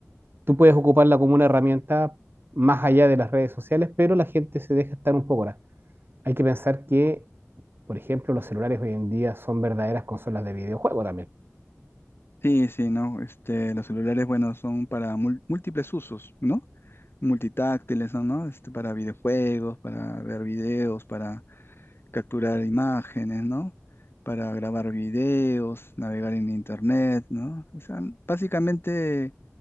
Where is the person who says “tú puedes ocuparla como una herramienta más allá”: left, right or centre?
Right